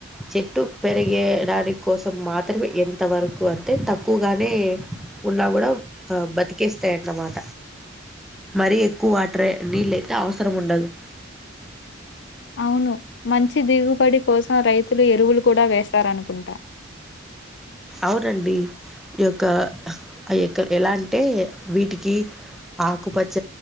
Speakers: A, in the centre; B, on the left.
A: చెట్టు పెరిగేడానికి కోసం మాత్రమే ఎంతవరకు అంటే తక్కువగానే ఉన్నా కూడా బతికేస్తాయి అన్నమాట మరీ ఎక్కువ వాటర్ నీళ్ళయితే అవసరం ఉండదు
B: అవును మంచి దిగుబడి కోసం రైతులు ఎరువులు కూడా వేస్తారనుకుంటా
A: అవునండి ఈ యొక్క ఆ యొక్క ఎలా అంటే వీటికి ఆకుపచ్చ